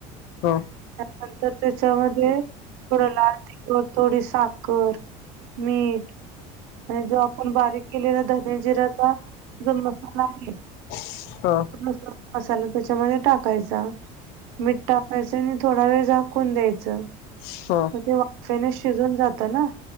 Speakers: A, on the left; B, on the right.
A: ह.
B: त्यानंतर त्याच्यामध्ये. थोडं लाल तिखट, थोडी साखर मीठ आणि जो आपण बारीक केलेला, धनी जिरा्याचा जो मसाला आहे
A: ह.
B: तो मसा मसाला त्याच्यामध्ये टाकायचा. मीठ टाकायचं, आणि थोडा वेळ झाकून द्यायच.
A: ह.
B: मग ते, वाफेने शिजून जातं ना.